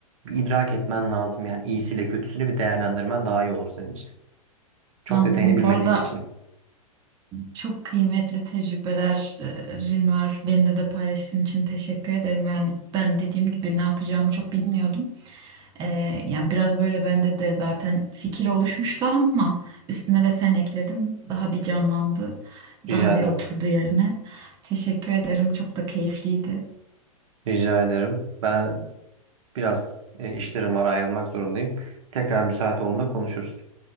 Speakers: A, on the right (about 55°); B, on the right (about 20°).
A: idrak etmen lazım. Yani iyisiyle kötüsünü bir değerlendirmen daha iyi olur senin için. Çok
B: Anladım.
A: detayını bilmediğim
B: Bu arada
A: için.
B: Çok kıymetli tecrübelerin var. Benimle de paylaştığın için teşekkür ederim. Yani ben dediğim gibi ne yapacağımı çok bilmiyordum. Ee, yani biraz böyle bende de zaten fikir oluşmuştu ama üstüne de sen ekledin. Daha bir canlandı.
A: Rica
B: Daha
A: ederim.
B: bir oturdu yerine. Teşekkür ederim. Çok da keyifliydi.
A: Rica ederim. Ben biraz e, işlerim var ayrılmak zorundayım. Tekrar müsait olduğunda konuşuruz.